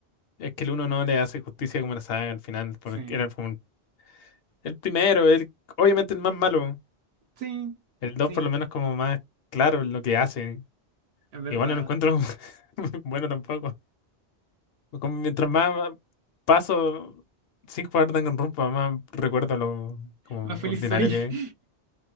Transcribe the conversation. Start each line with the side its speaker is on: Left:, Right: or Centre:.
Left: es que el uno no le hace justicia como la saga al final, porque
Right: Sí,
Left: era como el primero, el obviamente el más malo.
Right: sí.
Left: El dos
Right: Sí,
Left: por lo menos como más claro en lo que hace.
Right: Es verdad.
Left: Igual no lo encuentro <laughs> bueno tampoco. Como mientras más paso sin jugar Danganronpa, más recuerdo lo como
Right: Más feliz
Left: ordinario
Right: soy.
Left: que es.
Right: <laughs>